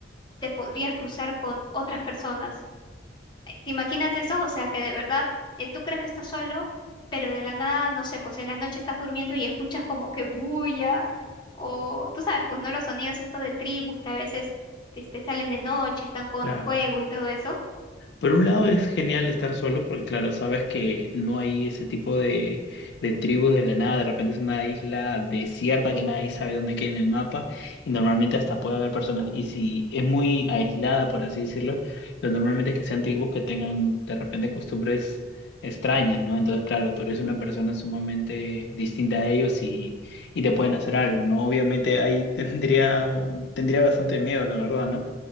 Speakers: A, on the left; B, on the left.
A: te podrías cruzar con otras personas. eh, ¿Te imaginas eso? O sea, que de verdad eh, tú crees que estás solo, pero de la nada, no sé, pues en la noche estás durmiendo y escuchas como que bulla, o tú sabes, pues no los sonidos estos de tribus que a veces este, salen de noche, están con
B: claro.
A: fuego y todo eso.
B: Por un lado es genial estar solo porque claro, sabes que no hay ese tipo de, de tribus de la nada, de repente es una isla desierta que nadie sabe dónde queda en el mapa y normalmente hasta puede haber personas y si es muy aislada, por así decirlo, lo normalmente es que sean tribus que tengan de repente costumbres extrañas, ¿no? Entonces claro, tú eres una persona sumamente distinta a ellos y, y te pueden hacer algo, ¿no? Obviamente ahí <laughs> tendría, tendría bastante miedo, la verdad, ¿no?